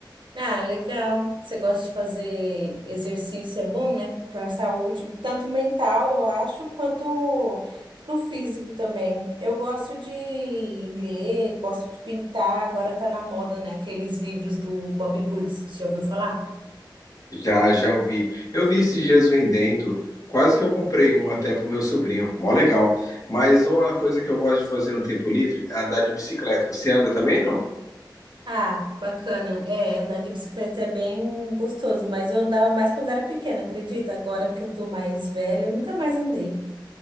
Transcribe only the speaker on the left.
Já, já ouvi. Eu vi esses dias vendendo, quase que eu comprei um até pro meu sobrinho, mó legal. Mas uma coisa que eu gosto de fazer no tempo livre é andar de bicicleta. Você anda também, não?